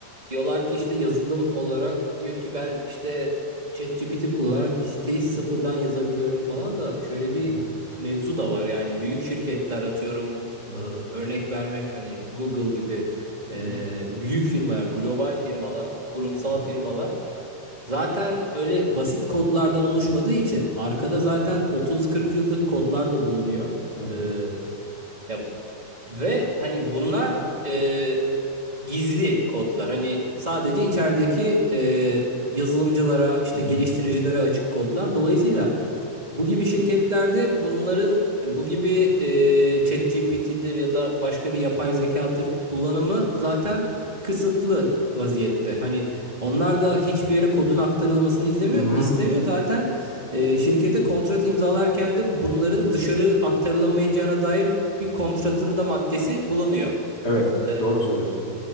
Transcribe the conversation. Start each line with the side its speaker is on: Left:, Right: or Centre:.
Right: Diyorlar ki işte yazılım olarak diyor ki ben işte ChatGPT kullanarak bir siteyi sıfırdan yazabiliyorum falan da şöyle bir
Left: Hı hı,
Right: mevzu da var yani büyük şirketler atıyorum
Left: hı
Right: e, örnek vermek hani Google gibi e,
Left: hı,
Right: büyük firmalar, global firmalar, kurumsal
Left: hı hı,
Right: firmalar zaten öyle basit kodlardan oluşmadığı için arkada zaten 30-40 yıllık kodlar da bulunuyor.
Left: hı hı,
Right: E, ya ve hani bunlar e, gizli kodlar. Hani sadece içerideki e, yazılımcılara, işte
Left: hı hı,
Right: geliştiricilere
Left: hı hı.
Right: açık kodlar. Dolayısıyla bu gibi şirketlerde bunların bu gibi e, ChatGPT'dir ya da başka bir yapay zekadır kullanımı zaten kısıtlı vaziyette. Hani onlar da hiçbir yere kodun aktarılmasını izlemiyor,
Left: Hı hı.
Right: istemiyor. Zaten e, şirkete kontrat imzalarken de bunların dışarı aktarılamayacağına dair bir kontratın da maddesi bulunuyor.
Left: Evet,
Right: E,
Left: doğru söylüyorsun.